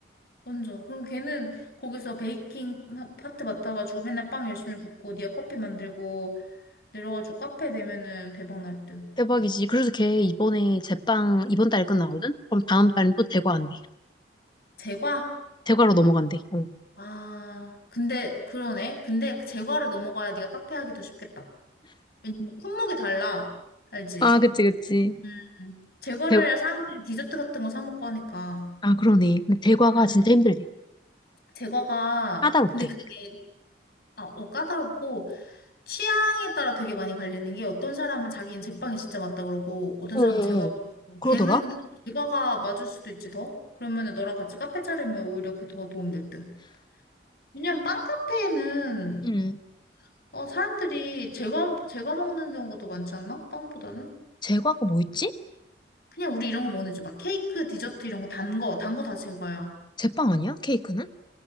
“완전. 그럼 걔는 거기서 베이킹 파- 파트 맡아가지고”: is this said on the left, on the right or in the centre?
Left